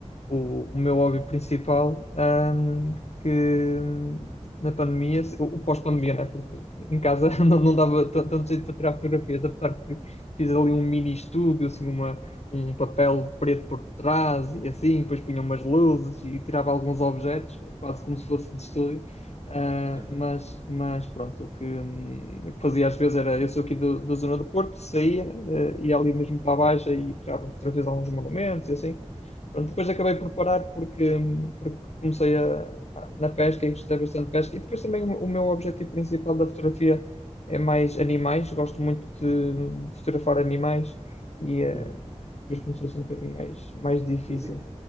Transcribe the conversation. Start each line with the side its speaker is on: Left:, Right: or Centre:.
Left: o, o meu hobby principal, ahm, que hum, na pandemia, o, o pós-pandemia, né? Porque em casa <laughs> não, não dava tan- tanto jeito para tirar fotografias, apesar que fiz ali um mini estúdio, assim, uma, um papel preto por trás e assim, depois punha umas luzes e tirava alguns objetos, quase como se fosse de estúdio. Ah,
Right: certo.
Left: mas, mas pronto, o que, hum, o que fazia às vezes era, eu sou aqui do- da zona do Porto, saía, eh, ia ali mesmo para a Baixa e tirava fotografias a alguns monumentos e assim, Pronto, depois acabei por parar porque, porque comecei a, a- na pesca e gostei bastante de pesca. E depois também o, o meu objetivo principal da fotografia é mais animais. Gosto muito de, de fotografar animais e eh,
Right: Uhum.
Left: depois começou a ser um bocadinho mais, mais difícil.
Right: Mas é,